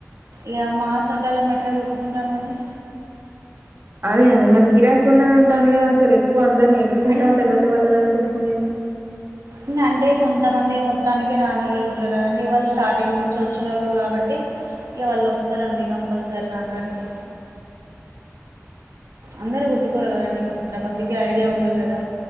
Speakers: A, on the right; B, on the right.
A: ఇక మా అసంటోళం ఎట్లా కుట్టుకుంటామండి
B: అదే అండి మరి గిరాకి ఉండద అంటన్లు కదా అసలు ఎక్కువ అ నేర్చుకుంటాడ్లు
A: అన్
B: ఎవరిది వాళ్ళదే కదా కుట్టుకునేది
A: ఇక అంటే కొంతమంది మొత్తానికే రాని వాళ్ళు ఉంటారు కదండి వాళ్ళు స్టార్టింగ్ నుంచి వచ్చిన వాళ్ళు కాబట్టి ఇగా వాళ్ళుస్తారండి కంపల్సరి ఒస్తారు నకాడికి అందరు కుట్టుకోరు కదండి కొంతమందికి ఐడియా ఉండదు కదా